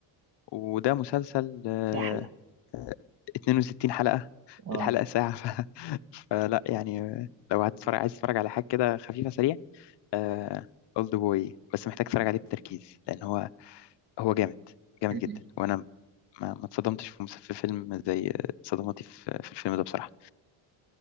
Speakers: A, on the left; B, on the right.
A: وده مسلسل آه
B: سهله
A: 62 حلقة
B: اه
A: الحلقة ساعة <laughs> ف... فلا يعني آه، لو هتتفرج عايز تتفرج على حاجة كده خفيفة سريعة آه اولد بوي بس محتاج اتفرج عليه بتركيز لان هو هو جامد جامد
B: مم.
A: جدا وانا ما ما اتصدمتش في مس- في فيلم زي صدماتي في في الفيلم ده بصراحة